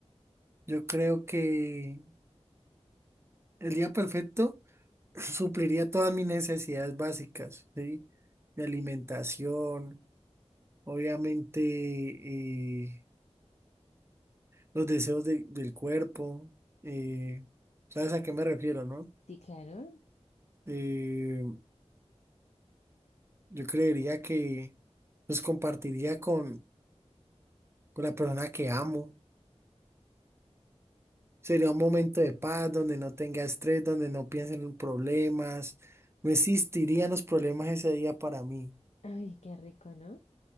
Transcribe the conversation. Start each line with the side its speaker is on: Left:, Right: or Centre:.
Right: Yo creo que el día perfecto <clears throat> supliría todas mis necesidades básicas, ¿sí? De alimentación, obviamente, eh, los deseos de- del cuerpo. eh, ¿sabes a qué me refiero, no?
Left: Sí, claro.
Right: Eh, yo creería que los compartiría con, con la persona que amo. Sería un momento de paz donde no tenga estrés, donde no piensen en problemas. No existirían los problemas ese día para mí.
Left: Ay, qué rico, ¿no?